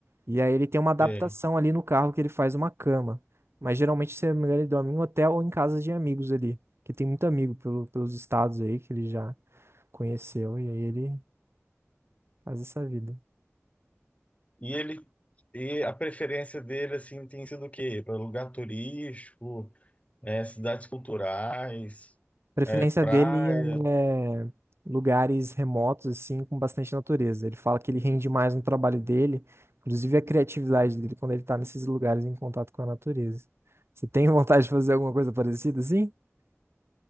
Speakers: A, on the right; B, on the left.
A: E aí ele tem uma adaptação
B: Sei.
A: ali no carro que ele faz uma cama. Mas geralmente, se não me engano, ele dorme em um hotel ou em casa de amigos ali. Que tem muito amigo pelo- pelos estados aí que ele já conheceu. E aí ele faz essa vida.
B: E ele e a preferência dele assim tem sido o quê? Para lugar turístico, é, cidades culturais,
A: preferência
B: é, praia.
A: dele é é, lugares remotos, assim, com bastante natureza. Ele fala que ele rende mais no trabalho dele, inclusive a criatividade dele quando ele tá nesses lugares em contato com a natureza. Você tem <laughs> vontade de fazer alguma coisa parecida assim?